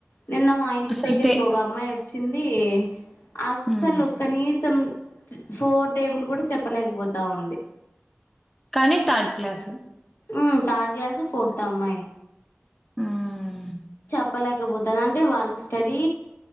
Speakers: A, on the left; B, in the centre.
A: నిన్న మా ఇంటి
B: అసలు
A: దగ్గరికి
B: టే
A: ఒక అమ్మాయి వచ్చింది అస్సలు
B: హ్మ్.
A: కనీసం. ఫోర్ టేబుల్ కూడా చెప్పలేకపోతా ఉంది.
B: కానీ థర్డ్ క్లాస్.
A: ఉ థర్డ్ క్లాస్ ఫోర్త్ ఆ అమ్మాయి.
B: హ్మ్.
A: చెప్పలేకపోతంది అంటే వాళ్ళ స్టడీ